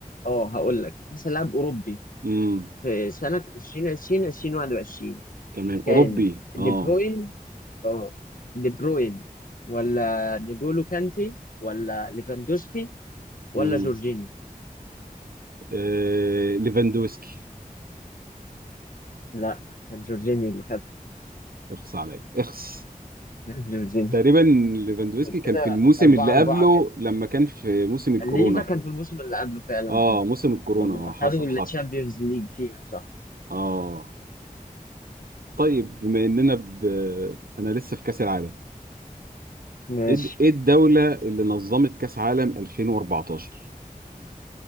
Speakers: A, on the left; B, on the right.
A: أه هقول لك أحسن لاعب أوروبي
B: امم
A: في سنة 2020 2021
B: تمام
A: كان
B: اوروبي
A: دي
B: اه
A: بروين أه دي بروين ولا نجولو كانتي ولا ليفاندوسكي ولا
B: امم
A: جورجينيو
B: آه... ليفاندوسكي
A: لا كان جورجينيو اللي خد
B: اخص عليا اخص
A: كان جورجينيو
B: تقريبا ليفاندوسكي
A: <laughs>
B: كان
A: كده
B: في الموسم
A: أربعة
B: اللي
A: أربعة
B: قبله لما كان في موسم الكورونا
A: ليفا كان في الموسم اللي قبله فعلا
B: اه
A: اه
B: موسم الكورونا
A: لما
B: اه حصل
A: خدوا الشامبيونز
B: حصل
A: ليج فيها صح
B: اه طيب بما اننا ب... انا لسه في كاس العالم
A: ماشي
B: ايه الد- إيه الدولة اللي نظمت كأس عالم 2014